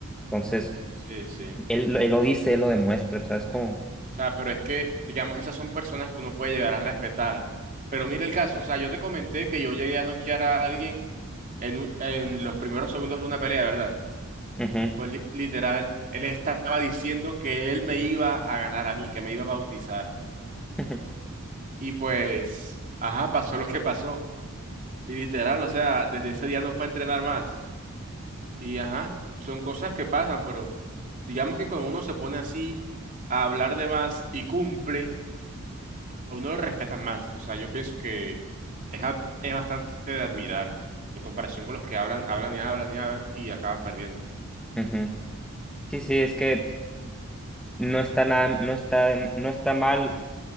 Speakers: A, in the centre; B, on the right (about 35°).
A: Entonces,
B: Sí, sí.
A: él, lo- él lo dice, él lo demuestra, ¿sabes cómo?
B: O sea, pero es que, digamos, esas son personas que uno puede llegar a respetar. Pero mira el caso, o sea, yo te comenté que yo llegué a noquear a alguien en, un- en los primeros segundos de una pelea, ¿verdad?
A: Ujú,
B: Pues li- literal, él estaba diciendo que él me iba a ganar a mí, que me iba a bautizar.
A: ujú,
B: Y pues, ajá, pasó lo que pasó. Y literal, o sea, desde ese día no fue a entrenar más. Y ajá, son cosas que pasan, pero digamos que cuando uno se pone así a hablar de más y cumple. a uno lo respetan más. O sea, yo pienso que es, ad- es bastante de admirar en comparación con los que hablan, hablan y hablan y hablan y acaban perdiendo.
A: <laughs> ujú. Sí, sí, es que No está nada, no está, em, no está mal